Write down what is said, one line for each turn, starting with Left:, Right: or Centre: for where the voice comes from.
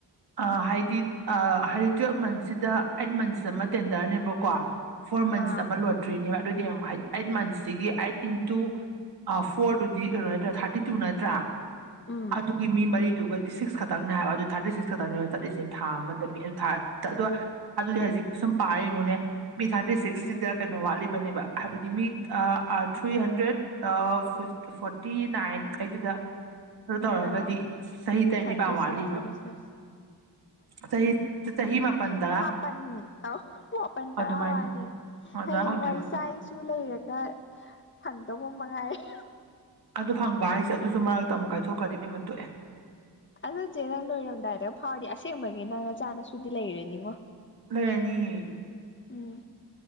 Right: ꯑ
Left: ꯎꯝ
Right: ꯍꯥꯏꯗꯤ ꯑ ꯍꯥꯏꯗꯤ ꯇꯨꯋꯦꯜꯞ ꯃꯟꯠꯁꯤꯗ ꯑꯩꯠ ꯃꯟꯁ ꯑꯃ ꯇꯦꯟꯗ꯭ꯔꯅꯦꯕꯀꯣ ꯐꯣꯔ ꯃꯟꯁ
Left: ꯑꯥ
Right: ꯑꯃ ꯂꯣꯏ ꯇ꯭ꯔꯤꯅꯦꯕ ꯑꯗꯨꯗꯤ ꯌꯦꯡꯉꯣ ꯑꯩꯠ ꯑꯩꯠ ꯃꯟꯁꯁꯤꯒꯤ ꯑꯩꯠ ꯏꯟꯇꯨ ꯑ ꯐꯣꯔꯗꯨꯗꯤ ꯀꯩꯅꯣ ꯅꯠꯇ꯭ꯔꯥ ꯊꯥꯔꯇꯤꯇꯨ ꯅꯠꯇ꯭ꯔꯥ
Left: ꯎꯝ
Right: ꯑꯗꯨꯒꯤ ꯃꯤ ꯃꯔꯤꯗꯨꯒꯗꯤ ꯁꯤꯛꯁ ꯈꯛꯇꯪꯅꯤ ꯍꯥꯏꯕ ꯑꯗꯨ ꯊꯥꯔꯇꯤꯁꯤꯛꯁ ꯈꯛꯇꯅꯦꯕ ꯆꯠꯂꯤꯁꯤ ꯊꯥ ꯑꯃꯗ ꯃꯤ ꯑꯗꯨ ꯊꯥ ꯑꯗꯨꯗꯤ ꯍꯧꯖꯤꯛ ꯁꯨꯝ ꯄꯥꯔ ꯌꯦꯡꯉꯨꯅꯦ ꯃꯤ ꯊꯥꯔꯇꯤ ꯁꯤꯛꯁꯁꯤꯗ
Left: ꯎꯝ
Right: ꯀꯩꯅꯣ ꯋꯥꯠꯂꯤꯕꯅꯦ ꯕ ꯍꯥꯏꯕꯗꯤ ꯃꯤꯠ ꯑ ꯑꯥ ꯊ꯭ꯔꯤꯍꯟꯗ꯭ꯔꯦꯠ ꯑ ꯐꯤꯞ ꯐꯣꯔꯇꯤ ꯅꯥꯏꯟ ꯑꯩꯠꯇꯨꯗ ꯑꯗꯨ ꯇꯧꯔꯒꯗꯤ
Left: ꯑꯥ
Right: ꯆꯍꯤ ꯇꯔꯦꯠ
Left: ꯊꯥꯔꯇꯤ
Right: ꯅꯤꯄꯥꯟ ꯋꯥꯠꯂꯤꯕ
Left: ꯁꯤꯛꯁ ꯊꯥꯔꯇꯤ ꯁꯤꯛꯁ
Right: ꯆꯍꯤ ꯆꯍꯤ ꯃꯄꯟ ꯇꯔꯥ
Left: ꯄꯟ ꯑꯣ ꯃꯥꯄꯟ ꯇꯔꯥ
Right: ꯑꯗꯨꯃꯥꯏꯅ
Left: ꯋꯥꯂꯤ
Right: ꯑꯗꯨꯃꯥꯏꯅ
Left: ꯍꯌꯦꯡꯋꯥꯏ
Right: ꯑꯣꯏꯗꯣꯏꯕ
Left: ꯏꯆꯥ ꯏꯁꯨ ꯁꯨ ꯂꯩꯔꯒ ꯐꯪꯗꯧꯕ ꯃꯉꯥꯏꯔꯦ
Right: ꯑꯗꯨ ꯐꯪꯕ ꯍꯥꯏꯁꯦ ꯑꯗꯨꯁꯨ ꯃꯔꯛꯇ ꯑꯃꯨꯛ ꯀꯥꯏꯊꯣꯛꯈ꯭ꯔꯗꯤ ꯏꯕꯦꯝꯃ ꯇꯣꯛꯑꯦ
Left: ꯑꯗꯨ ꯆꯦ ꯅꯪ ꯂꯣꯏꯔꯝꯗꯥꯏꯗ ꯐꯥꯎꯔꯗꯤ ꯑꯁꯦꯡꯕꯒꯤ ꯅꯪ ꯅꯆꯥ ꯅꯁꯨꯗꯤ ꯂꯩꯔꯅꯤꯉꯣ
Right: ꯂꯩꯔꯅꯤ
Left: ꯎꯝ